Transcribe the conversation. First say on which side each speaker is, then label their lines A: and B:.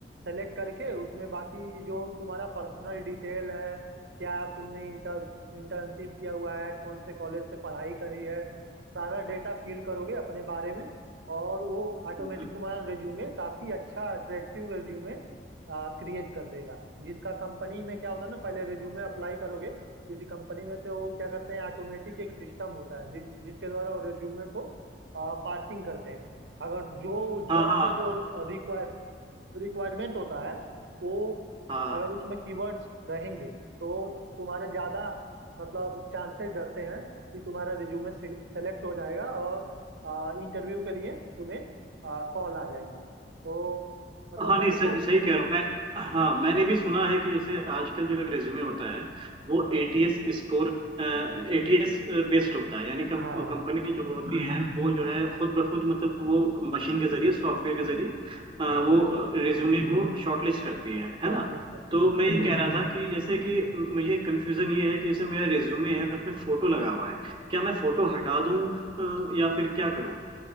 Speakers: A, on the right (about 75°); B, on the right (about 25°).
A: सेलेक्ट करके उसमें बाकी जो तुम्हारा पर्सनल डिटेल है क्या तुमने इंटर इंटर्नशिप किया हुआ है कौन से कॉलेज से पढ़ाई करी है सारा डेटा फिल करोगे अपने बारे में और वो ऑटोमेटिक
B: हम्म,
A: तुम्हारा रिज्यूमे काफी अच्छा अट्रैक्टिव रिज्यूमे क्रिएट कर देगा जिसका कंपनी में क्या होता है ना पहले रिज्यूमे अप्लाई करोगे किसी कंपनी में तो वो क्या करते हैं ऑटोमेटिक एक सिस्टम होता है जिस, जिसके द्वारा वो रिज्यूमे को आ, पार्सिंग करते हैं अगर जो
B: हाँ
A: जॉब
B: हाँ
A: का जो रिक्वायर रिक्वायरमेंट होता है वो
B: हाँ
A: अगर उसमें कीवर्ड्स रहेंगे तो तुम्हारे ज़्यादा मतलब चांसेस रहते हैं कि तुम्हारा रिज्यूमे सेलेक्ट हो जाएगा और इंटरव्यू के लिए तुम्हें कॉल आ जाएंगे तो मतलब
B: हाँ नहीं
A: मैं
B: सही,
A: तुमको
B: सही कह रहा हूँ मैं हाँ मैंने भी सुना है कि जैसे आजकल जो रेज्यूमे होता है वो
A: हाँ
B: एटीएस स्कोर एटीएस बेस्ड होता है यानी कम,
A: हाँ
B: कंपनी जो होती है वो जो है खुद ब खुद मतलब वो मशीन के जरिए सॉफ्टवेयर के जरिए अ,
A: हाँ
B: वो रेज्यूमे को शॉर्टलिस्ट करती है है
A: शॉर्टलिस्ट
B: ना
A: करती
B: तो
A: है हाँ
B: मैं ये कह रहा था कि जैसे कि मुझे कंफ्यूजन ये है कि जैसे मेरा रेज्यूमे है उसमें फोटो लगा हुआ है क्या मैं फोटो हटा दूं अ, या फिर क्या करूं